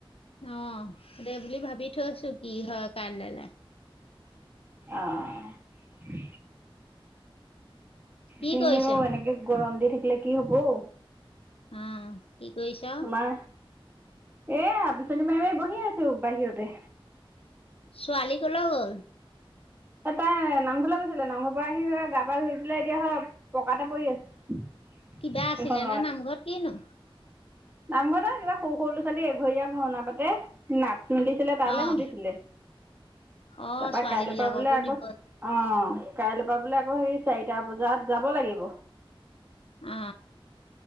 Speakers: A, on the left; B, on the right.
A: অ', দে বুলি ভাবি থৈছো কি হয় কাইলৈ।
B: অ',
A: কি
B: কিহেও
A: কৰিছ?
B: এনেকে গৰম দি থাকিলে কি হ'ব ঔ।
A: উম। কি কৰিছা?
B: আমাৰ এয়া বিচনী মাৰীয়ে বহি আছো বাহিৰতে।
A: ছোৱালী ক'লৈ গ'ল?
B: এ তাই নামঘৰলৈ গৈছিলে নামঘৰ পৰা আহি গা পা ধুই পেলাই এতিয়া হে পকাতে পৰি আছে।
A: কিবা
B: ফেনখন
A: আছিলে নে নামঘৰত কিনো?
B: নামঘৰত সেয়া কিবা সৰু সৰু ল'ৰা ছোৱালী এঘৰীয়া ভাওনা পাতে। নাট মেলিছিলে তালৈ
A: অ',
B: মাতিছিলে।
A: অ',
B: তাৰপা
A: ছোৱালী
B: কাইলৈ
A: বিলাককো
B: পৰা বোলে আকৌ
A: দিব
B: অ কাইলৈ পৰা বোলে আকৌ সেই চাৰিটা বজাত যাব লাগিব।
A: অ।